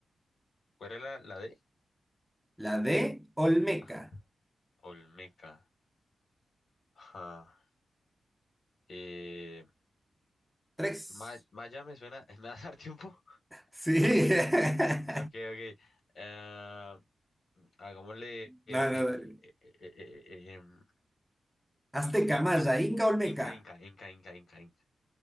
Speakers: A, on the left; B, in the centre.
A: ¿Cuál era la, la D?
B: La D, olmeca.
A: Ajá. Olmeca. Ajá. Eh,
B: Tres.
A: Ma- Maya me suena. <laughs> ¿Me vas a dar tiempo? <laughs>
B: Sí. <laughs>
A: Ok, ok. Ah, Hagámosle eh, eh,
B: No, no, dale.
A: eh, eh, eh, eh, eh, em, i-
B: Azteca,
A: Inca.
B: maya, inca, olmeca.
A: Inca, Inca, Inca, Inca, Inca, Inca.